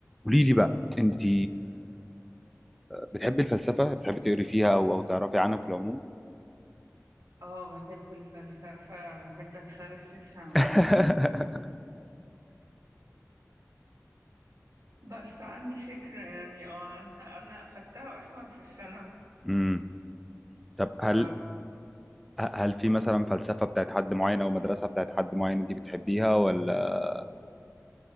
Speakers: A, in the centre; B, on the right.
A: قولي لي بقى انت بتحبي الفلسفه بتحبي تقري فيها او او تعرفي عنها في العموم
B: اه بحب الفلسفة بحب اتفلسف عامة
A: <laughs>
B: بس عندي فكرة يعني اه عنها انا اخدتها اصلا في الثانوي
A: امم طب
B: ف
A: هل هل في مثلا فلسفه بتاعت حد معين او مدرسه بتاعت حد معين انت بتحبيها ولا